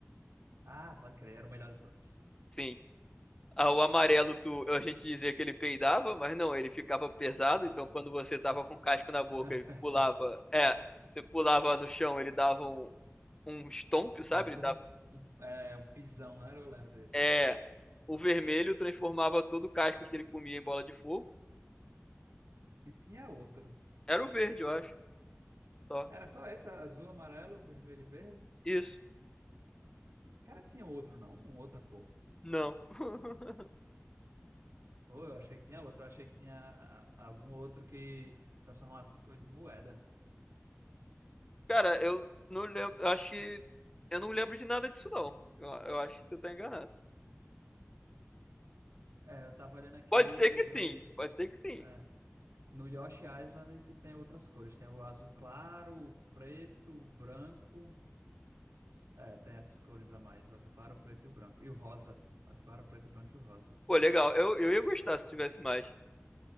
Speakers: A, on the right (about 85°); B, on the left (about 15°).
A: Ah, pode crer, era o melhor de todos.
B: Sim. Ah, O amarelo, tu, a gente dizia que ele peidava, mas não, ele ficava pesado, então quando você tava com o casco na
A: <laughs>
B: boca, ele pulava. É, você pulava no chão, ele dava um, um stomp, sabe?
A: Dava tipo um, um, é, um pisão, né? Eu lembro desse.
B: É, o vermelho transformava todo o casco que ele comia em bola de fogo.
A: E tinha outro.
B: Era o verde, eu acho. Só.
A: Era só esse, azul, amarelo, vermelho e verde?
B: Isso.
A: Cara, tinha outro, não? Uma outra cor.
B: Não. <laughs>
A: Pô, eu achei que tinha outro. Eu achei que tinha a- algum outro que transformasse as coisas em moeda.
B: Cara, eu não lembro. Eu acho que. Eu não lembro de nada disso, não. Eu, eu acho que você tá enganado.
A: É, eu tava olhando aqui
B: Pode ser que
A: no,
B: sim. Pode ser que sim.
A: é, no Yoshi Island que tem outras cores. Tem o azul claro, o preto, o branco. É, tem essas cores a mais. O azul claro, o preto e o branco. E o rosa. Azul claro, o preto, o branco e o rosa.
B: Pô, legal. Eu, eu ia gostar se tivesse mais.